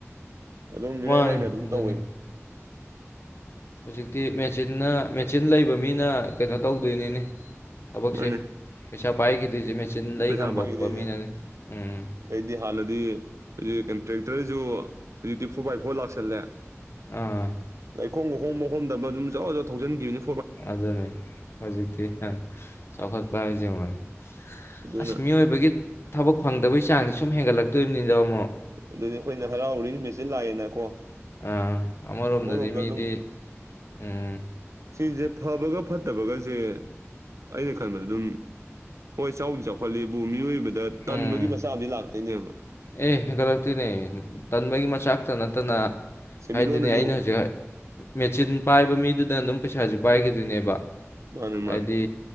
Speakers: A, on the right; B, on the left.
A: ꯑꯗꯨꯝ
B: ꯃꯥꯅꯤ
A: ꯏꯔꯥꯏ ꯂꯥꯏꯅ ꯑꯗꯨꯝ
B: ꯑꯗꯨꯅꯤ
A: ꯇꯧꯋꯦꯕ
B: ꯍꯧꯖꯤꯛꯇꯤ ꯃꯦꯆꯤꯟꯅ ꯃꯦꯆꯤꯟ ꯂꯩꯕ ꯃꯤꯅ ꯀꯩꯅꯣ ꯇꯧꯗꯣꯏꯅꯤꯅꯤ ꯊꯕꯛꯁꯦ
A: ꯃꯥꯅꯦ
B: ꯄꯁꯥ ꯄꯥꯏ ꯀ ꯔꯤꯖꯤ ꯃꯦꯆꯤꯟ ꯂꯩ
A: ꯄꯩꯁꯥ
B: ꯉꯝꯝꯕꯄ
A: ꯄꯥꯏꯈꯤꯗꯣꯏꯁꯦ
B: ꯃꯤꯅꯅꯤ ꯎꯝ
A: ꯑꯩꯗꯤ ꯍꯥꯟꯅꯗꯤ ꯍꯧꯖꯤꯛ ꯀꯟꯇ꯭ꯔꯦꯛꯇꯔꯁꯨ ꯍꯧꯖꯤꯛꯇꯤ ꯐꯣꯔ ꯕꯥꯏ ꯐꯣꯔ ꯂꯥꯛꯁꯜꯂꯦ
B: ꯑꯥ
A: ꯑꯩꯈꯣꯡꯕ ꯍꯣꯣꯡꯕ ꯍꯣꯡꯗꯕ ꯑꯗꯨꯝꯖꯔꯖꯔ ꯊꯧꯖꯟꯈꯤꯕꯅꯤ
B: ꯑꯗꯨꯅꯦ ꯍꯧꯖꯤꯛꯇꯤ ꯆꯥꯎꯈꯠꯄ ꯍꯥꯏ ꯌꯦꯉꯅꯤ
A: ꯑꯗꯨꯅ
B: ꯑꯁ ꯃꯤꯑꯣꯏꯕꯒꯤ ꯊꯕꯛ ꯐꯪꯗꯕꯩ ꯆꯥꯡꯗꯤ ꯁꯨꯝ ꯍꯦꯟꯒꯠꯂꯛꯇꯣꯕꯅꯤꯗ ꯑꯃꯃꯣ
A: ꯑꯗꯨꯅꯤ ꯑꯩꯈꯣꯏꯅ ꯍꯔꯥꯎꯔꯤ ꯃꯠꯁꯤ ꯂꯥꯛꯑꯦꯅꯀꯣ
B: ꯑꯥ ꯑꯃꯔꯣꯝꯗꯗꯤ
A: ꯑꯃꯔꯣꯝꯗ
B: ꯃꯤꯗꯤ
A: ꯑꯗꯨꯝ
B: ꯎꯝ
A: ꯁꯤꯁꯦ ꯐꯕꯒ ꯐꯠꯇꯕꯒꯁꯦ ꯑꯩꯅ ꯈꯟꯕꯗ ꯑꯗꯨꯝ ꯍꯣꯏ ꯆꯥꯎꯗꯤ ꯆꯥꯎꯈꯠꯂꯦꯕꯨ ꯃꯤꯑꯣꯏꯕꯗ ꯇꯟꯕꯒꯤ
B: ꯎꯝ
A: ꯃꯆꯥꯗꯤ ꯂꯥꯛꯇꯣꯏꯅꯦꯕ
B: ꯑꯦ ꯍꯦꯟꯒꯠꯂꯛꯇꯣꯏꯅꯦ ꯇꯟꯕꯒꯤ ꯃꯆꯥꯛꯇ ꯅꯠꯇꯅ
A: ꯁꯦꯟꯃꯤꯠꯂꯣꯟꯗꯁꯨ
B: ꯍꯥꯏꯗꯤꯅꯦ ꯑꯩꯅ ꯍꯧꯖꯤꯛ ꯃꯦꯆꯤꯟ ꯄꯥꯏꯕ ꯃꯤꯗꯨꯅ ꯑꯗꯨꯝ ꯄꯩꯁꯥꯥꯁ ꯄꯥꯏꯈꯤꯗꯣꯏꯅꯦꯕ
A: ꯃꯥꯅꯦ ꯃꯥꯅꯦ
B: ꯍꯥꯏꯗꯤ